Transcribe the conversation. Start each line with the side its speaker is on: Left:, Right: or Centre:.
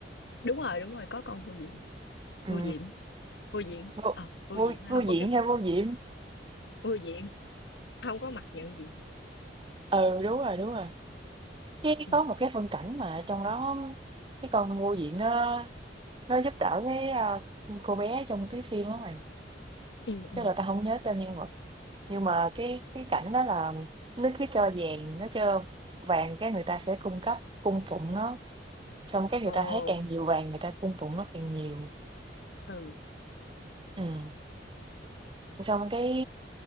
Left: đúng rồi đúng rồi có con vô diện
Right: ừ
Left: vô diện vô diện
Right: vô
Left: ờ vô
Right: vô
Left: diện là
Right: vô
Left: không
Right: diện
Left: có cái mặt
Right: hay vô diệm
Left: vô diện không có mặt nhận diện
Right: ừ đúng rồi đúng rồi cái
Left: ừ
Right: có một cái phân cảnh mà trong đó cái con vô diện nó nó giúp đỡ cái à, cô bé trong cái phim đó mày
Left: ừ
Right: chắc
Left: ừ
Right: là tao không nhớ tên nhân vật nhưng mà cái cái cảnh đó là nó cứ cho vàng nó cho vàng cái người ta sẽ cung cấp cung phụng nó xong cái người
Left: ồ
Right: ta thấy càng nhiều vàng người ta cung phụng nó càng nhiều
Left: ừ
Right: ừ. xong cái